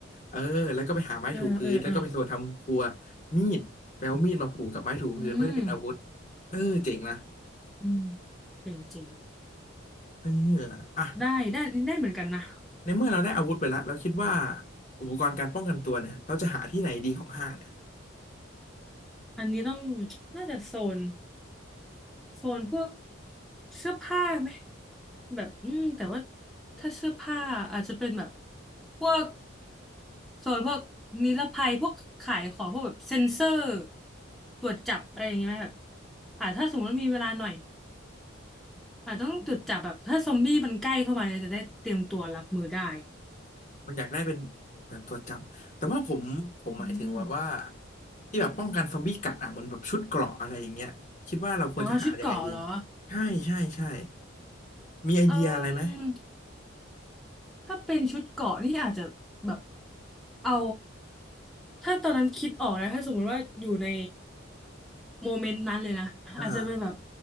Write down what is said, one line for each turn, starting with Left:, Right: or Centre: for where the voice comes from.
Left: เออแล้วก็ไปหาไม้ถูพื้นแล้วก็ไปโซนทำครัว
Centre: เออ เออเออ
Left: มีดแปลวามีดมาผูกกับไม้ถูพื้นเพื่อให้เป็นอาวุธ
Centre: อืม
Left: เออเจ๋งนะ
Centre: อืมเจ๋งจริง
Left: เอออ่ะ
Centre: ได้ได้ได้เหมือนกันนะ
Left: ในเมื่อเราได้อาวุธไปแล้วเราคิดว่าอุปกรณ์การป้องกันตัวเนี่ยเราจะหาที่ไหนดีของห้างเนี่ย
Centre: อันนี้ต้องน่าจะโซนโซนพวกเสื้อผ้าไหม แบบอืมแต่ว่าถ้าเสื้อผ้าอาจจะเป็นแบบพวกโซนพวกนิรภัยพวกขายของพวกแบบเซ็นเซอร์ตรวจจับอะไรอย่างเงี้ยไหมแบบอ่าถ้าสมมติว่ามีเวลาหน่อยอาจต้องตรวจจับแบบถ้าซอมบี้มันใกล้เข้ามาเนี่ยจะได้เตรียมตัวรับมือได้
Left: มันอยากได้เป็นแบบตัวจำแต่ว่าผมผมหมายถึงแบบว่า
Centre: อืม
Left: ที่แบบป้องกันซอมบี้กัดอ่ะเหมือนแบบชุดเกราะอะไรอย่างเงี้ยคิดว่าเราควรจะหายังไงดี
Centre: อ๋อชุดเกราะเหรอ
Left: ใช่ใช่ใช่มีไอเดียอะไรไหม
Centre: เออ ถ้าเป็นชุดเกราะนี่อาจจะแบบเอาถ้าตอนนั้นคิดออกนะถ้าสมมติว่าอยู่ในโมเมนต์นั้นเลยนะอาจจะเป็นแบบ
Left: อ่า